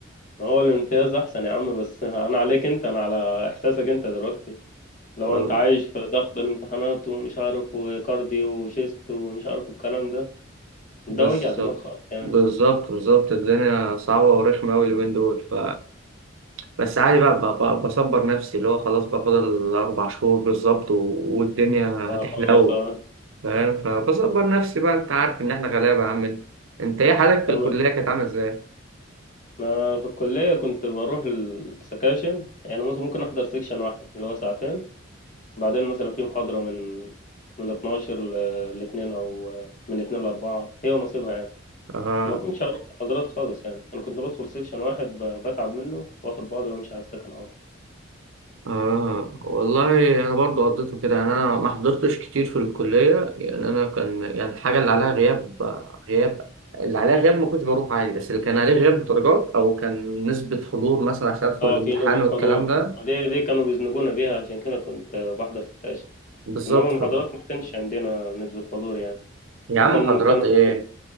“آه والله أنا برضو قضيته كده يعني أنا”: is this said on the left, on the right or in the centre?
Right